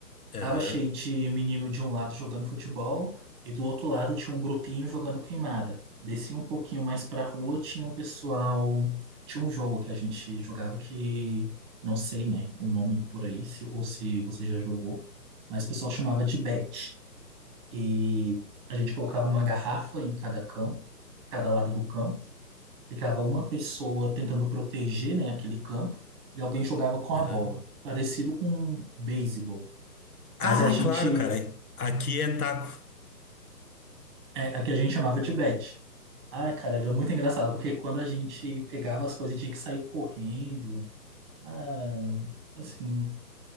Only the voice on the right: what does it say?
Tava cheio de menino de um lado jogando futebol e do outro lado tinha um grupinho jogando queimada. desci um pouquinho mais pra rua, tinha um pessoal, tinha um jogo que a gente jogava que não sei, né, o nome por aí, se, ou se você já jogou, mas o pessoal chamava de bet. E a gente colocava uma garrafa em cada campo, cada lado do campo, ficava uma pessoa tentando proteger, né, aquele campo e alguém jogava com a
bola, parecido com beisebol. Mas
a gente
É, a que a gente chamava de Beth. Ah, cara, era muito engraçado, porque quando a gente pegava as coisas e tinha que sair correndo. Ah, assim.